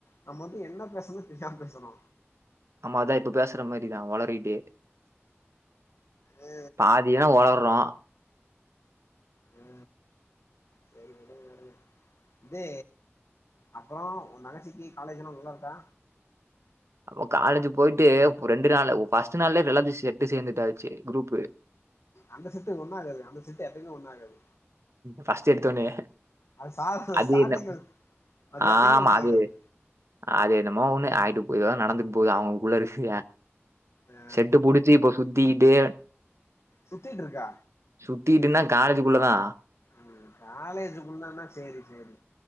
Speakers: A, on the left; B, on the right.
A: நம்ம வந்து என்ன பேசணுன்னே தெரியாம பேசணு
B: ஆமா அதா இப்ப பேசுற மாரிதா ஒளறிட்டே
A: ஆ
B: பாதி என்ன ஒளர்றோ
A: ஆ சரி விடுங்க விடுங்க இது அப்பறோ ஓ தங்கச்சிக்கு காலேஜ் எல்லா நல்லா இருக்கா
B: அவ காலேஜ் போயிட்டு ரெண்டு நாள்ல ஃபர்ஸ்ட் நாள்லயே எல்லாத்தையு செட்டு சேந்துட்டாச்சி குரூப்
A: அந்த செட்டு ஒண்ணு ஆகாது அந்த செட்டு எப்பயுமே ஒண்ணு ஆகாது
B: ஃபர்ஸ்ட் எடுத்த ஒன்னே
A: அது சா
B: அது
A: ஸ்டார்டிங்ல
B: என்ன
A: அது
B: ஆமா
A: எப்பயுமே ஒண்ணு
B: அது
A: ஆகாது
B: அது என்னமோ ஒண்ணு ஆயிட்டு போகுது ஏதோ நடந்துட்டு போகுது அவங்கக்குள்ள இருக்கு
A: ஆ
B: செட்டு புடுச்சி இப்ப சுத்திகிட்டு
A: சுத்தீட் இருக்கா
B: சுத்திகிட்டுன்னா காலேஜுக்குள்ளதா
A: ம் காலேஜ்க்குள்ளனா சேரி சேரி